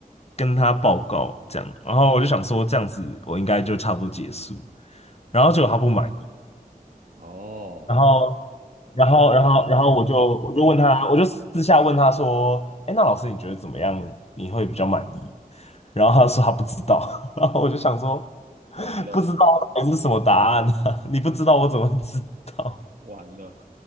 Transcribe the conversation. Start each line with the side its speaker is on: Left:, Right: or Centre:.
Left: 跟他报告这样，然后我就想说这样子我应该就差不多结束，然后结果他不满意，
Right: 哦，
Left: 然后然后然后然后我就我就问他，我就私下问他说，哎，那老师你觉得怎么样？你会比较满意？然后他说他不知道，<laughs> 然后我就想说
Right: 完了
Left: 不知道到底是什么答案呢？<laughs> 你不知道我怎么会知道？
Right: 完了，